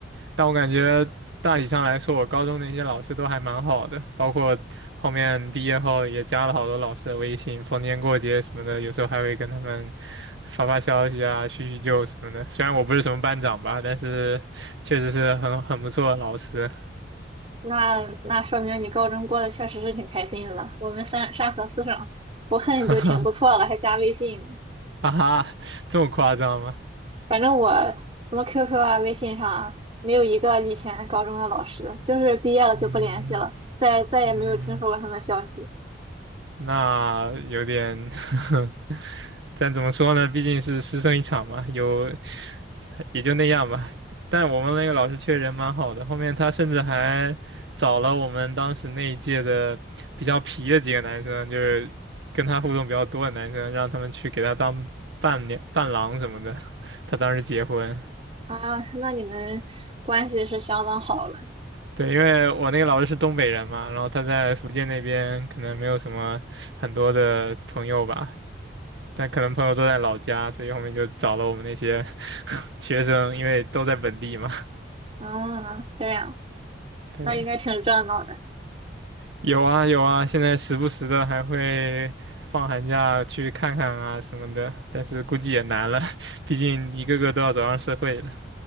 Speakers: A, on the right; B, on the right.
A: 但我感觉大体上来说，我高中的一些老师都还蛮好的，包括后面毕业后也加了好多老师的微信，逢年过节什么的，有时候还会跟他们发发消息啊，叙叙旧什么的。虽然我不是什么班长吧，但是确实是很很不错的老师。
B: 那那说明你高中过得确实是挺开心的了。我们三山河四省不恨就挺不错了，
A: <laughs> 哈哈，
B: 还加微信。
A: 啊哈，这么夸张吗？
B: 反正我什么 QQ 啊、微信上啊，没有一个以前高中的老师，就是毕业了就不联系了，
A: 嗯
B: 再再也没有听说过他们消息
A: 嗯，那有点，<laughs> 但怎么说呢？毕竟是师生一场嘛，有也就那样吧。但我们那个老师确实人蛮好的，后面他甚至还找了我们当时那一届的比较皮的几个男生，就是跟他互动比较多的男生，让他们去给他当伴娘、伴郎什么的。<laughs> 他当时结婚，
B: 啊。那你们关系是相当好了，
A: 对，因为我那个老师是东北人嘛，然后他在福建那边可能没有什么很多的朋友吧。但可能朋友都在老家，所以后面就找了我们那些 <laughs> 学生，因为都在本地嘛。<laughs>
B: 啊，这样，
A: 对，
B: 那应该挺热闹的。
A: 有啊有啊，现在时不时的还会放寒假去看看啊什么的，但是估计也难了，<laughs> 毕竟一个个都要走上社会了。